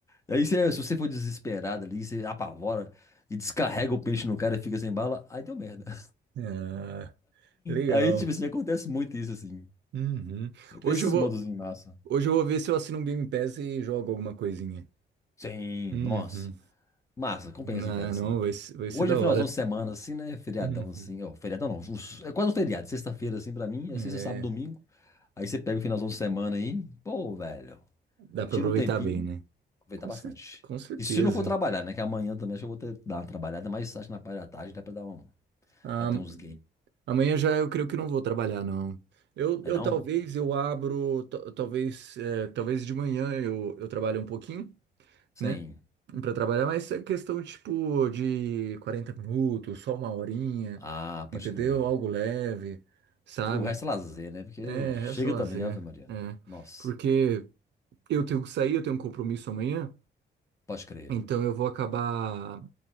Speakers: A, on the left (about 15°); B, on the right (about 75°).
A: Aí você- se você for desesperado ali, você apavora e descarrega o peixe no cara e fica sem bala, aí deu merda. <laughs>
B: Ah, legal.
A: Aí, tipo assim, acontece muito isso, assim.
B: Uhum.
A: Tem
B: Hoje
A: esses
B: eu vou,
A: modos em massa.
B: hoje eu vou ver se eu assino um Game Pass e jogo alguma coisinha.
A: Sim,
B: Uhum.
A: nossa. Massa, compensa,
B: Não,
A: cara, assim.
B: não, vai, ser- vai ser
A: Hoje
B: da
A: é finalzão
B: hora.
A: de semana, assim, né? Feriadão,
B: Uhum.
A: assim. Ó, feriadão não, uns- é quase um feriado. Sexta-feira, assim, pra mim. É
B: É,
A: sexta, sábado, domingo. Aí você pega o finalzão de semana aí. Pô, velho.
B: dá pra
A: Tira
B: aproveitar
A: um tempinho.
B: bem, né?
A: Aproveitar
B: Com
A: bastante.
B: cer- com certeza.
A: E se não for trabalhar, né? Que amanhã também acho que eu vou ter, dar uma trabalhada, mas acho que na parte da tarde dá pra dar um,
B: Ah,
A: bater uns games.
B: Amanhã já eu creio que não vou trabalhar, não. Eu,
A: é
B: eu
A: não?
B: talvez eu abro, ta- talvez, é, talvez de manhã eu, eu trabalho um pouquinho,
A: Sim.
B: né? Pra trabalhar, mas é questão tipo de 40 minutos, só uma horinha,
A: Ah, pode
B: entendeu?
A: crer.
B: Algo leve, sabe?
A: O resto é lazer, né? Porque
B: É,
A: chega
B: resta lazer.
A: também, Ave Maria.
B: É.
A: Nossa,
B: Porque eu tenho que sair, eu tenho um compromisso amanhã.
A: pode crer.
B: Então eu vou acabar.